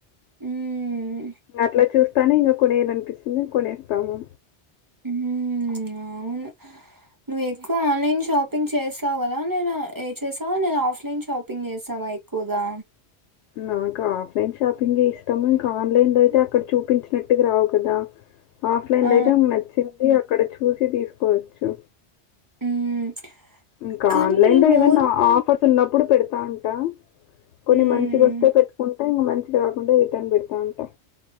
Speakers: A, on the right; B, on the left.
A: హ్మ్
B: అట్ల చూస్తానే ఇంకా కోనేయాలి అనిపిస్తుంది కొనేస్తాము
A: హ్మ్ అవును నువ్వు ఎక్కువ ఆన్లైన్ షాపింగ్ చేస్తావు కదా నేను ఏ చేసి నేను ఆఫ్లైన్ షాపింగ్ చేస్తావా ఎక్కువగా
B: నాకు ఆఫ్లైన్ షాపింగే ఇష్టము ఇంకా ఆన్లైన్ లో అయితే అక్కడ చూపించినట్టుగా రావు కదా ఆఫ్లైన్
A: ఆ!
B: అయితే మా నచ్చింది అక్కడ చూసి తీసుకోవచ్చు
A: హ్మ్
B: ఇంకా
A: కానీ
B: ఆన్లైన్ లో
A: మో
B: ఏవన్నా ఆఫర్స్ ఉన్నప్పుడు పెడతావు టా కొన్ని
A: హ్మ్.
B: మంచిగా వస్తే పెట్టుకుంటే ఇంగ మంచి ఇది రాకుండా రిటర్న్ పెడతావుంటా